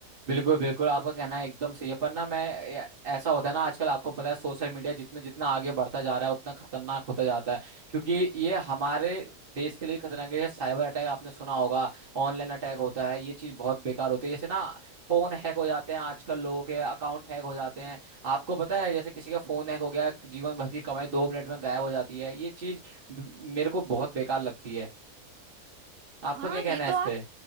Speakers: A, on the right; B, on the right.
A: बिल्कुल बिल्कुल आपका कहना है एकदम सही है पर ना मैं ए- ऐसा होता है ना आजकल आपको पता है सोशल मीडिया जितना जितना आगे बढ़ता जा रहा है उतना खतरनाक होता जाता है क्योंकि ये हमारे देश के लिए खतरनाक है जैसे साइबर अटैक आपने सुना होगा ऑनलाइन अटैक होता है ये चीज बहुत बेकार होती है जैसे ना फोन हैक हो जाते हैं आजकल लोगों के अकाउंट हैक हो जाते हैं आपको पता है जैसे किसी का फोन हैक हो गया जीवन भर की कमाई दो मिनट में गायब हो जाती है ये चीज ब- मेरे को बहुत बेकार लगती है आपका
B: हाँ
A: क्या कहना
B: ये तो
A: है इस
B: आप
A: पे